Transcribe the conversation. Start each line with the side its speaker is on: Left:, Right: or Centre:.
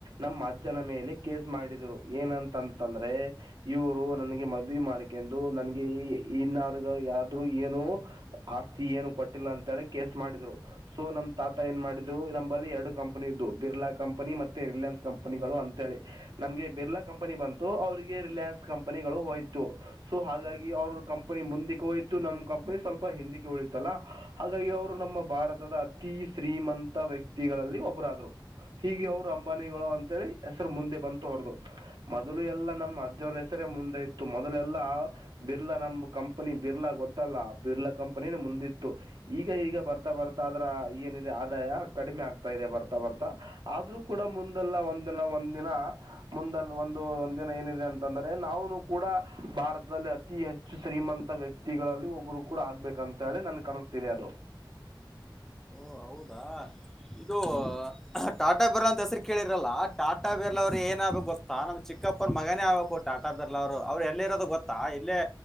Right: ನಮ್ಮ ಅಜ್ಜನ ಮೇಲೆ ಕೇಸ್ ಮಾಡಿದ್ರು ಏನಂತಂತಂದ್ರೆ ಇವರು ನನ್ಗೆ ಮದವಿ ಮಾಡಕೆಂದು ನನ್ಗೆ ಇನ್ನಾರ್ಗ ಯಾದ್ರರು ಏನು- ಆಸ್ತಿ ಏನು ಕೊಟ್ಟಿಲ್ಲ ಅಂತೇಳಿ ಕೇಸ್ ಮಾಡಿದ್ರು ಸೊ ನಮ್ ತಾತ ಏನ್ ಮಾಡಿದ್ರು ನಂಬಲ್ಲಿ ಎರಡು ಕಂಪನಿ ಇದ್ದು ಬಿರ್ಲಾ ಕಂಪನಿ ಮತ್ತೆ ರಿಲಯನ್ಸ್ ಕಂಪನಿಗಳು ಅಂತೇಳಿ ನಮ್ಗೆ ಬಿರ್ಲಾ ಕಂಪನಿ ಬಂತು ಅವ್ರಿಗೆ ರಿಲಯನ್ಸ್ ಕಂಪನಿಗಳು ಹೋಯ್ತು. ಸೊ ಹಾಗಾಗಿ ಅವ್ರ ಕಂಪನಿ ಮುಂದಕ್ಕೆ ಹೋಯ್ತು ನಮ್ ಕಂಪನಿ ಸ್ವಲ್ಪ ಹಿಂದಕ್ಕೆ ಉಳಿತಲ್ಲ. ಹಾಗಾಗಿ ಅವರು ನಮ್ಮ ಭಾರತದ ಅತಿ ಶ್ರೀಮಂತ ವ್ಯಕ್ತಿಗಳಲ್ಲಿ ಒಬ್ಬರಾದ್ರು. ಹೀಗೆ ಅವರು ಅಂಬಾನಿಗಳು ಅಂತೇಳಿ ಹೆಸರು ಮುಂದೆ ಬಂತು ಅವರ್ದು. ಮೊದಲು ಎಲ್ಲಾ ನಮ್ಮ್ ಅಜ್ಜನ ಹೆಸರೇ ಮುಂದೆ ಇತ್ತು ಮೊದಲೆ ಎಲ್ಲಾ ಬಿರ್ಲಾ ನಮ ಕಂಪನಿ ಬಿರ್ಲಾ ಗೊತ್ತಲ್ಲ ಬಿರ್ಲಾ ಕಂಪನಿನ ಮುಂದಿತ್ತು. ಈಗ ಈಗ ಬರ್ತಾ ಬರ್ತಾ ಅದರ ಏನಿದೆ ಆದಾಯ ಕಡಿಮೆ ಆಗ್ತಾ ಇದೆ ಬರ್ತಾ ಬರ್ತಾ. ಆದ್ರೂ ಕೂಡ ಮುಂದೆಲ್ಲ ಒಂದಲ್ಲಾ ಒಂದಿನಾ. ಮುಂದಲ ಒಂದು ಒಂದಿನಾ ಏನಿದೆ ಅಂತಂದ್ರೆ ನಾವುನು ಕೂಡಾ ಭಾರತದಲ್ಲಿ ಅತಿ ಹೆಚ್ಚು ಶ್ರೀಮಂತ ವ್ಯ ಕ್ತಿಗಳಲ್ಲಿ ಒಬ್ಬರು ಕೂಡಾ ಆಗ್ಬೇಕ ಅಂತ ಹೇಳಿ ನನ್ನ ಕನಸಿದೆ ಅದು.
Centre: ಓ ಹೌದಾ ಇದು ಅ ಟಾಟಾ ಬಿರ್ಲಾ ಅಂತ ಹೆಸರು ಕೇಳಿರಲ್ಲ ಟಾಟಾ ಬಿರ್ಲ ಅವ್ರರು ಏನ ಆಬೇಕು ಗೊತ್ತಾ ನಮ್ಮ ಚಿಕ್ಕಪ್ಪನ ಮಗನೇ ಆಗ್ಬೇಕು ಟಾಟಾ. ಟಾ ಬಿರ್ಲಾ ಅವರು ಅವರು ಎಲ್ಲೇ ಇರೋದು ಗೊತ್ತಾ ಇಲ್ಲೇ.